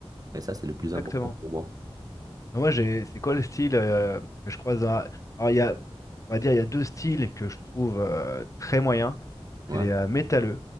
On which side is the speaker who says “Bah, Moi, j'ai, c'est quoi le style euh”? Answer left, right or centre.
Left